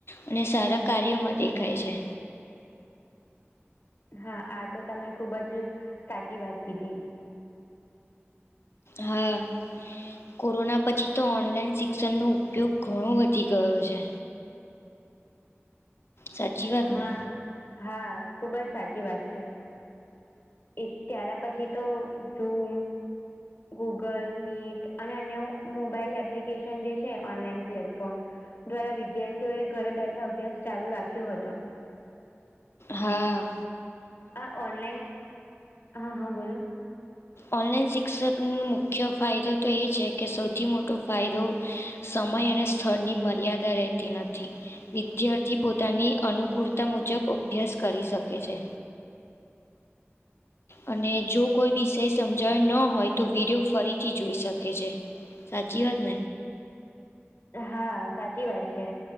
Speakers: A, on the left; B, on the left.
A: અને સારા કાર્યોમાં દેખાય છે.
B: હા આ તો તમે ખુબ જ સાચી વાત કીધી.
A: હા. કોરોના પછી તો ઓનલાઈન શિક્ષણનો ઉપયોગ ઘણો વધી ગયો છે. સાચી વાત
B: હા
A: ને
B: હા ખુબ જ સાચી વાત છે. અ ત્યાર પછી તો ઝુમ ગૂગલ મીટ અને અન્ય મોબાઈલ એપ્લિકેશન જે છે ઓનલાઈન પ્લેટફોર્મ. દ્વારા વિદ્યાર્થીઓએ ઘરે બેઠા અભ્યાસ ચાલુ રાખ્યો હતો.
A: હા
B: હ ઓનલાઈન હા હા બોલો
A: ઓનલાઈન શિક્ષકનો મુખ્ય ફાયદો તો એ છે કે સૌથી મોટો ફાયદો સમય અને સ્થળની મર્યાદા રહેતી નથી. વિદ્યાર્થી પોતાની અનુકૂળતા મુજબ અભ્યાસ કરી શકે છે. અને જો કોઈ વિષય સમજાયો ન હોય તો વિડિયો ફરીથી જોઈ શકે છે. સાચી વાત ન.
B: હા સાચી વાત છે